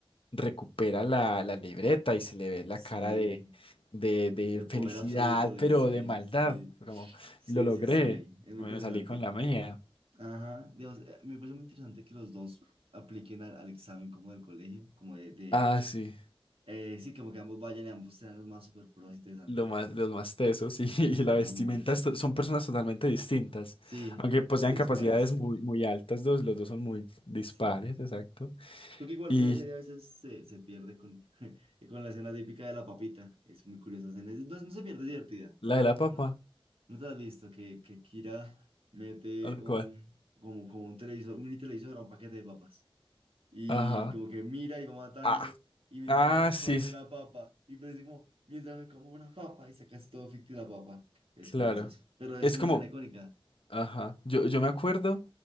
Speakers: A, on the left; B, on the right.
A: recupera la, la libreta y se le ve la
B: Sí,
A: cara de, de, de
B: de poder
A: felicidad,
B: absoluto, de,
A: pero
B: sí,
A: de maldad,
B: sí, sí.
A: como
B: Sí,
A: lo logré,
B: sí, sí, es muy
A: me
B: interesante.
A: salí con la mía.
B: Ajá, digamos, eh, me parece muy interesante que los dos apliquen al, al examen como del colegio, como de, de,
A: Ah, sí,
B: Eh, sí, como que ambos vayan y ambos sean los más super pros, interesante.
A: lo más, los más tesos y, <laughs> y
B: Ajá,
A: la vestimenta
B: muy.
A: esto- son personas totalmente distintas,
B: Sí,
A: aunque
B: dos
A: posean
B: dispares.
A: capacidades muy, muy altas, dos los dos son muy dispares,
B: Sí.
A: exacto.
B: Creo que igual
A: Y
B: la serie a veces se, se pierde con, <laughs> con la escena típica de la papita. Es muy curiosa escena. Es- No, no se pierde, es divertida.
A: la de la papa,
B: ¿No, no te has visto que, que Kira mete
A: al
B: un,
A: cual.
B: como, como un televisor, un mini televisor a un paquete de papas? y
A: Ajá.
B: como que mira y va matando
A: Ah,
B: y mientras
A: ah,
B: tanto
A: sí,
B: come
A: sí,
B: una papa y parece como mientras me como una papa y saca así todo ficti la papa. Es
A: claro.
B: muy gracioso. Pero es
A: Es
B: una
A: como,
B: escena icónica
A: Ajá. Yo, yo me acuerdo